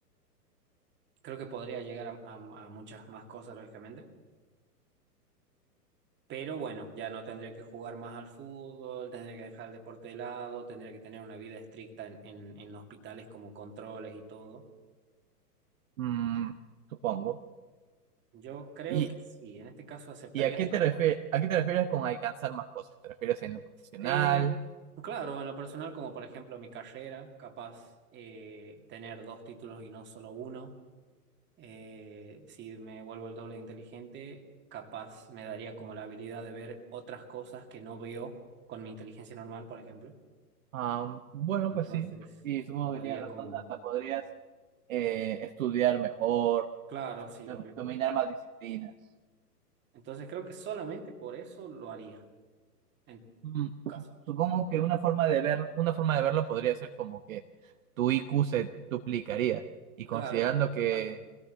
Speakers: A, on the right; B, on the right.
A: creo que podría llegar a, a- a muchas más cosas, lógicamente. Pero bueno, ya no tendría que jugar más al fútbol, tendría que dejar el deporte de lado, tendría que tener una vida estricta en, en en hospitales como controles y todo.
B: Mm, supongo.
A: Yo creo
B: ¿Y,
A: que sí, en este caso aceptaría
B: y a qué
A: solo
B: te refie-
A: por eso.
B: a qué te refieres con alcanzar más cosas? ¿Te refieres en lo profesional?
A: Eh, claro, en lo personal, como por ejemplo mi carrera, capaz eh, tener dos títulos y no solo uno. Eh, si me vuelvo el doble de inteligente, capaz me daría como la habilidad de ver otras cosas que no veo con mi inteligencia normal, por ejemplo.
B: Am, bueno,
A: Entonces,
B: pues sí. Y supongo
A: podría
B: que tienes razón,
A: como...
B: hasta podrías eh, estudiar mejor,
A: Claro, sí,
B: dom-
A: obvio.
B: dominar más disciplinas.
A: Entonces, creo que solamente por eso lo haría, en
B: Mm,
A: tu caso.
B: su- Supongo que una forma de ver, una forma de verlo podría ser como que tu IQ se duplicaría. Y considerando
A: Claro,
B: que
A: exacto.